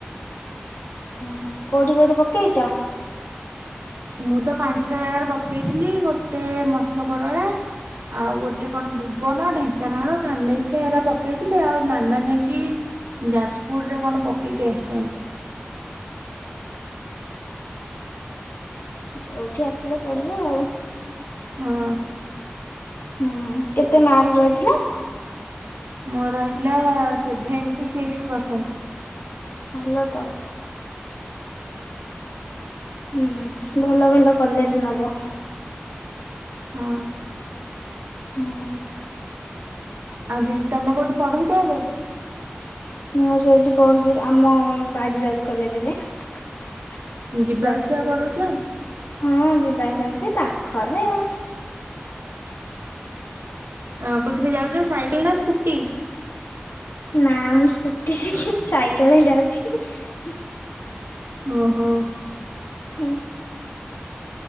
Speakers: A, on the left; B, on the right.
A: ହ କୋଉଠି କୋଉଠି ପକେଇଛ।
B: ମୁଁ ତ ପାଞ୍ଚଟା ଜାଗାରେ ପକେଇଥିଲି ଗୋଟେ ମଠ କରରଳା। ଆଉ ଗୋଟେ କଣ ଭୁବନ ଢେଙ୍କାନାଳ କାମେକ୍ଷା ଏରା ପକେଇଥିଲେ। ଆଉ ମାମା ଯାଇକି ଯାଜପୁରରେ କଣ ପକେଇକି ଆସିଛନ୍ତି।
A: ଯଉଠି ଆସିଲେ ପଢିବ ଆଉ।
B: ହଁ।
A: ହୁଁ କେତେ ମାର୍କ ରହିଥିଲା।
B: ମୋର ହେଇଥିଲା ସେଭେନ୍ ଣ୍ଟି ସିକ୍ସ୍ ପରସେଣ୍ଟ।
A: ଭଲ ତ। ହୁଁ ଭଲ ଭଲ କଲେଜେ ନବ।
B: ହଁ।
A: ହଁ।
B: ଆଉ ଦିଦି ତମେ କୋଉଠି ପଢୁଛ ଏବେ।
A: ମୁଁ ସେଇଠି ପଢୁଛି ଆମ ବାଜିରାଉତ କଲେଜରେ। ପ୍ଲସ
B: ଯିବା ଆସିବା
A: ଥ୍ରୀ
B: କରୁଛ?
A: ହଁ ଯି ବାସ ହଉଛି ପାଖରେ ଆଉ।
B: ଅ କଉଥିରେ ଯାଉଛ ସାଇକେଲ ନା ସ୍କୁଟି।
A: ନା ମୁଁ ସ୍କୁଟି ଶିଖିନି। ସାଇକେଲେ ଯାଉଛି।
B: ଓ ହୋ।
A: ହୁଁ।